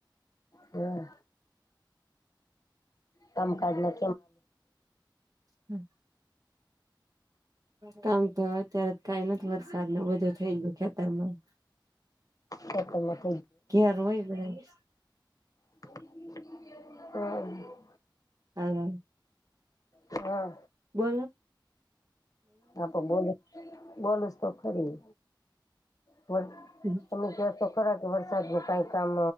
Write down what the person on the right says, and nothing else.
હમ કામ તો અત્યારે કઈ નથી વરસાદ ન બધું થઈ ગયું ખેતર માં
ક ર હોય બધ
હા
બો
હમ